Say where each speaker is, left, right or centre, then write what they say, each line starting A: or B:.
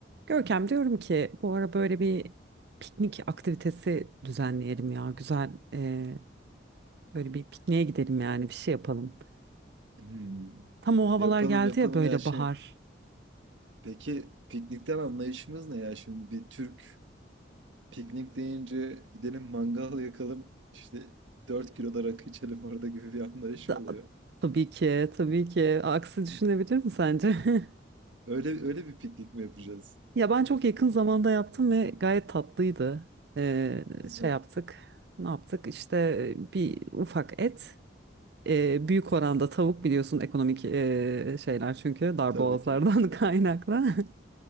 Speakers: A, on the right; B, on the right.
A: Görkem diyorum ki bu ara böyle bir piknik aktivitesi düzenleyelim ya. Güzel e, böyle bir pikniğe gidelim yani bir şey yapalım.
B: Hımm.
A: Tam o havalar
B: Yapalım,
A: geldi
B: yapalım
A: ya böyle
B: ya şey
A: bahar.
B: peki piknikten anlayışımız ne ya şimdi bir Türk piknik deyince gidelim mangal yakalım işte dört kilo da rakı içelim orada gibi bir anlayış
A: Da,
B: oluyor.
A: tabii ki tabii ki aksi düşünebilir mi sence? <laughs>
B: Öyle öyle bir piknik mi yapacağız?
A: Ya ben çok yakın zamanda yaptım ve gayet tatlıydı. E,
B: <laughs> Hı
A: şey yaptık ne yaptık işte bir ufak et. E, büyük oranda tavuk biliyorsun ekonomik e, şeyler çünkü darboğazlardan
B: Tabii ki.
A: <laughs> kaynaklı. <laughs>